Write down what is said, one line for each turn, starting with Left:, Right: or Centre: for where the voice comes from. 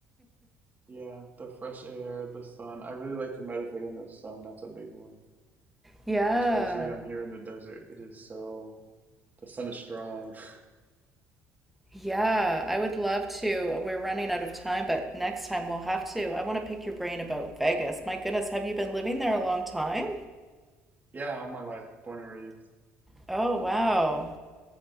Right: Yeah, the fresh air, the sun. I really like to meditate in the sun. That's a big one.
Centre: Yeah.
Right: Especially I'm here in the desert. It is so, the sun is strong. <laughs>
Centre: Yeah, I would love to. We're running out of time, but next time we'll have to. I want to pick your brain about Vegas. My goodness, have you been living there a long time?
Right: Yeah, all my life, born and raised,
Centre: Oh, wow.